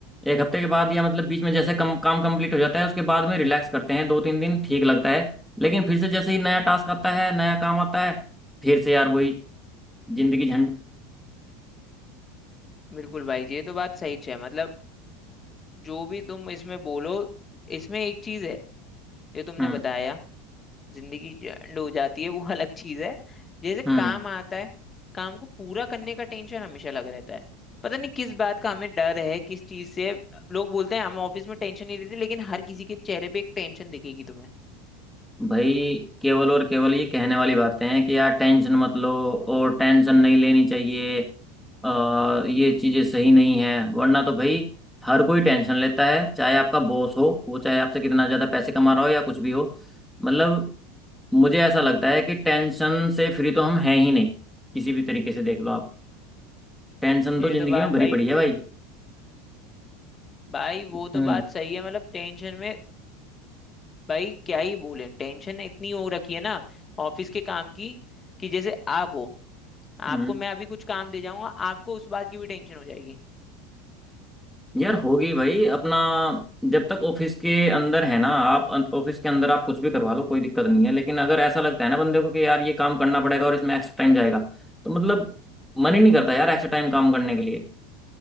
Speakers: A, in the centre; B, on the left.
A: एक हफ्ते के बाद या मतलब बीच में जैसे कम काम कंप्लीट हो जाता है उसके बाद में रिलैक्स करते हैं दो तीन दिन ठीक लगता है लेकिन फिर से जैसे ही नया टास्क आता है नया काम आता है फिर से यार वही जिंदगी झंड
B: बिल्कुल भाई ये तो बात सही है मतलब जो भी तुम इसमें बोलो इसमें एक चीज है जो तुमने
A: हम्म
B: बताया जिंदगी एंड हो जाती है वो अलग चीज है जैसे
A: हम्म
B: काम आता है काम को पूरा करने का टेंशन हमेशा लग रहता है पता नहीं किस बात का हमें डर है किस चीज से लोग बोलते हैं हम ऑफिस में टेंशन नहीं लेते लेकिन हर किसी के चेहरे पे एक टेंशन दिखेगी तुम्हें
A: भाई केवल और केवल ये कहने वाली बातें हैं कि यार टेंशन मत लो और टेंशन नहीं लेनी चाहिए आ, ये चीजें सही नहीं है वरना तो भाई हर कोई टेंशन लेता है चाहे आपका बॉस हो वो चाहे आपसे कितना ज्यादा पैसे कमा रहा हो या कुछ भी हो मतलब मुझे ऐसा लगता है कि टेंशन से फ्री तो हम हैं ही नहीं किसी भी तरीके से देख लो आप टेंशन
B: ये
A: तो जिंदगी
B: तो बात
A: में भरी
B: भाई
A: पड़ी है भाई
B: भाई वो तो
A: हम्म
B: बात सही है मतलब टेंशन में भाई क्या ही बोले टेंशन इतनी हो रखी है ना ऑफिस के काम की कि जैसे आप हो
A: हम्म
B: आपको मैं अभी कुछ काम दे जाऊंगा आपको उस बात की भी टेंशन हो जाएगी
A: यार होगी भाई अपना जब तक ऑफिस के अंदर है ना आप अं- ऑफिस के अंदर आप कुछ भी करवा लो कोई दिक्कत नहीं है लेकिन अगर ऐसा लगता है ना बंदे को कि यार ये काम करना पड़ेगा और इसमें एक्स्ट्रा टाइम जाएगा तो मतलब मन ही नहीं करता यार एक्स्ट्रा टाइम काम करने के लिए